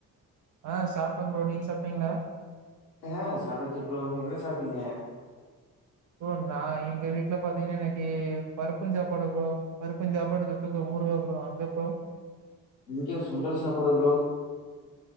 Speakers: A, on the right; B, on the left.
A: ஆ சாப்டம் ப்ரோ நீங்க சாப்ட்டீங்களா
B: ஆ சாப்டாச்சு ப்ரோ என்ன சாப்ட்டீங்க
A: ப்ரோ நான் எங்க வீட்ல பாத்தீங்கன்னா இன்னைக்கு பருப்புஞ் சாப்பாடு ப்ரோ பருப்புஞ் சாப்பாடு தொட்டுக்க ஊருக்கா அங்க ப்ரோ
B: இங்க சுண்டல் சாப்பாடு ப்ரோ